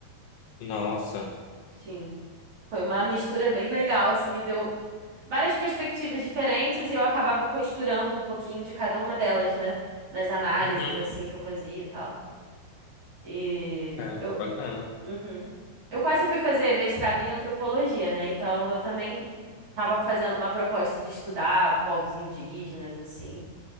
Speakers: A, on the left; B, on the right.
A: Nossa.
B: Sim. Foi uma mistura bem legal, assim, me deu várias perspectivas diferentes e eu acabava costurando um pouquinho de cada uma delas, né? Nas análises,
A: Uhum.
B: assim, que eu fazia e tal. E
A: É,
B: eu,
A: que bacana.
B: uhum. Eu quase fui fazer mestrado em antropologia, né? Então eu também tava fazendo uma proposta de estudar povos indígenas, assim.